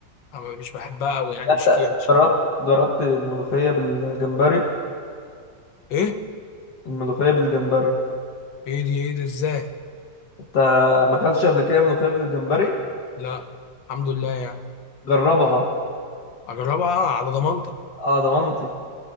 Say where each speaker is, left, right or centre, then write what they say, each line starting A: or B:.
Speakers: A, on the left (about 80°); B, on the left (about 60°).
A: انا مش بحبها قوي يعني
B: يعني
A: مش كيف مش
B: جربت
A: كيف
B: جربت الملوخية بالجمبري
A: ايه
B: الملوخية بالجمبري
A: ايه دي ايه ده ازاي
B: انت ما اكلتش قبل كده ملوخية بالجمبري
A: لا الحمد لله يعني
B: جربها
A: اجربها على ضمانتك
B: اه ضمنتي